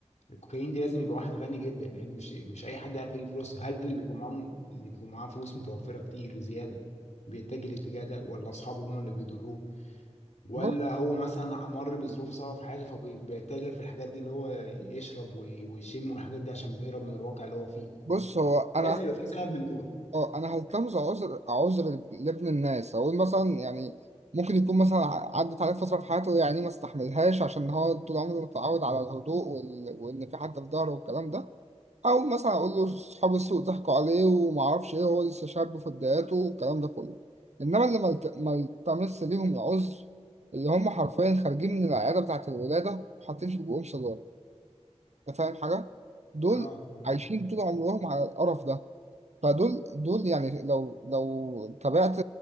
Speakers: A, on the left; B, on the right.
A: الكوكايين دي لازم يبقى واحد غني جدا لان مش مش اي حد يعرف يجيب فلوس هل اللي بيكون معاه اللي بيكون معاه فلوس متوفره كتير زياده بيتجه الاتجاه ده ولا اصحابه هم اللي بيضروه ولا
B: بص
A: هو مثلا مر بظروف صعبة في حياته فبيتجه في الحاجات دي اللي هو يشرب وي- ويشم والحاجات دي عشان بيهرب من الواقع اللي هو فيه
B: بص هو
A: لازم
B: أنا
A: يبقى في سبب من دول
B: آه أنا هلتمس عذر عذر لابن الناس أقول مثلا يعني ممكن يكون مثلا ع- عدت عليه فترة في حياته يعني ما استحملهاش عشان هو طول عمره متعود على الهدوء وال... وإن في حد في ظهره والكلام ده او مثلا اقول له اصحاب السوق ضحكوا عليه وما اعرفش ايه هو لسه شاب في بداياته والكلام ده كله انما اللي ملت- ما التمس ليهم العذر اللي هم حرفيا خارجين من العياده بتاعه الولاده وحاطين في بقهم سيجاره انت فاهم حاجه دول
A: اه تمام
B: عايشين طول عمرهم على القرف ده فدول دول يعني لو لو تابعت